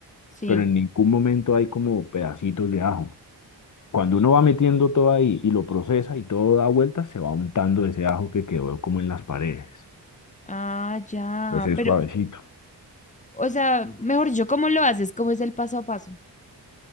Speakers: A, on the left; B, on the left.
A: sí.
B: pero en ningún momento hay como pedacitos de ajo. Cuando uno va metiendo todo ahí y lo procesa y todo da vueltas, se va untando ese ajo que quedó como en las paredes.
A: Ah, ya.
B: Entonces es
A: Pero
B: suavecito.
A: O sea, mejor dicho, ¿cómo lo haces? ¿Cómo es el paso a paso?